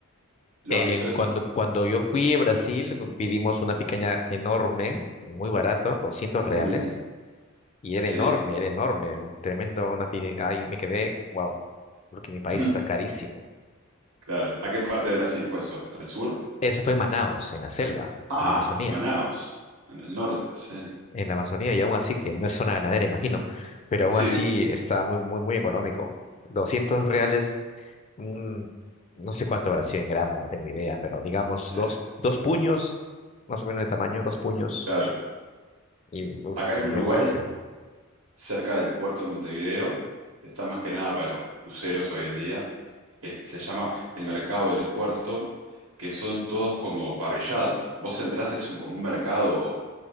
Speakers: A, on the right; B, on the left.
A: ¿Lo
B: El,
A: has visto eso?
B: cuando, cuando yo fui a Brasil, pidimos una picaña enorme, muy barata, doscientos reales,
A: Mm,
B: y era
A: sí,
B: enorme, era enorme, un tremendo, una pi- ahí me quedé, wow, porque mi país
A: <laughs>
B: está carísimo.
A: claro. ¿A qué parte de Brasil fue eso? ¿Al sur?
B: Eso fue en Manaos, en la selva,
A: Ah,
B: en la Amazonía,
A: en Manaos, en el norte, sí.
B: en la Amazonía, y aún así, que no es zona ganadera, imagino, pero aún
A: Sí,
B: así está muy, muy, muy económico. 200 reales, mm, no sé cuánto habrá sido en gramos, no tengo idea, pero digamos
A: sí,
B: dos, dos puños, más o menos de tamaño, dos puños.
A: claro.
B: Y uf,
A: Acá en
B: me
A: Uruguay
B: pareció.
A: cerca del puerto de Montevideo. Está más que nada para los cruceros hoy en día. Es- se llama el mercado del puerto, que son todos como parrilladas. Vos entrás, es un, como un mercado